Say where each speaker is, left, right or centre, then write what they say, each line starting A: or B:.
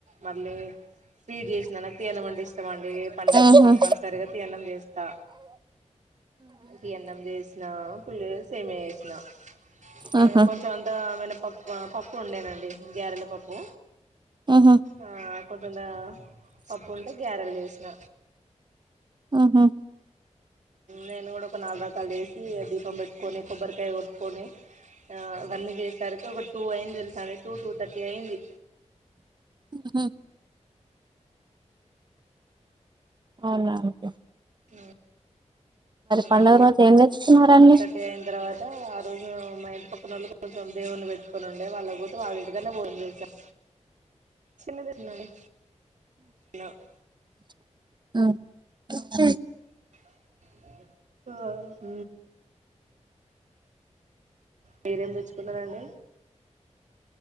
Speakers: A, on the right (about 75°); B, on the right (about 35°).
A: మళ్ళీ ఫీడ్ చేసినా నా తీఅన్నం అంటే ఇష్టం అండి. పండగ
B: ఉహు
A: కంపల్సరిగా
B: ఉహు
A: తీఅన్నం చేస్తా తీ అన్నం చేసిన. ఫుల్ సేమియా చేసినా <unintelligible> ఆ
B: ఆహా
A: కొంచెం అంత వెన పప్పు పప్పు ఉండేనండి గ్యారెల పప్పు
B: ఉహు
A: ఆ కొద్ ఆ పప్పుంటే గారెలు చేసిన
B: ఉహు
A: నేను కూడా ఒక నాలు దా మక్క వేసి దీపం పెట్టుకొని, కొబ్బరికాయ కొట్టుకొని, ఇవన్నీ చేసరికి ఒక టూ అయింది తెలుసాని. టూ టూ థర్టీ అయింది.
B: ఉ హ అవునాకే
A: అ
B: పండుగ
A: ఆ టూర్
B: రోజు ఏం తెచ్చుకున్నారండి
A: టూ థర్టీ అయిన తర్వాత ఆ రోజు మా ఇంటి పక్క ళ్ళు కొంచెం దేవుని పెట్టుకొని ఉండే వాళ్ళక పోతే వాళ్ళ ఇంటికనే భోజనం చేస చిన్న తండి త <unintelligible>
B: అ <unintelligible>
A: <unintelligible> మీరేం తెచ్చుకున్నారండి.